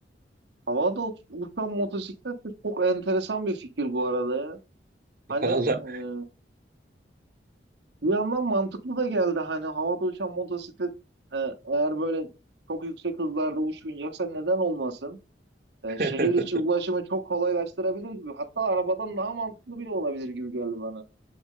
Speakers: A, on the right; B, on the right.
A: Havada uç- uçan motosiklet de çok enteresan bir fikir bu arada ya. Hani
B: <laughs> Valla.
A: e, bir yandan mantıklı da geldi. Hani havada uçan motosiklet e, eğer böyle çok yüksek hızlarda uçmayacaksa neden olmasın? e,
B: <laughs>
A: şehir içi ulaşımı çok kolaylaştırabilir gibi. Hatta arabadan daha mantıklı bile olabilir gibi geldi bana.